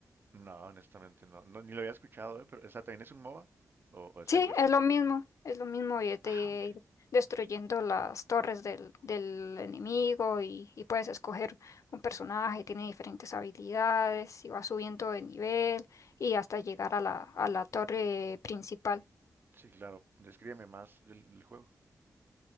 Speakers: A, on the right; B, on the left.
A: No, honestamente no. No, ni lo había escuchado, ¿eh? Pero, ¿esa también es un MOBA? ¿O, o es
B: Sí,
A: algo distinto?
B: es lo mismo, es lo mismo y es de
A: Ah, ok.
B: ir destruyendo las torres del, del enemigo y, y puedes escoger un personaje, tiene diferentes habilidades y va subiendo de nivel y hasta llegar a la, a la torre principal.
A: Sí, claro. Descríbeme más del, del juego.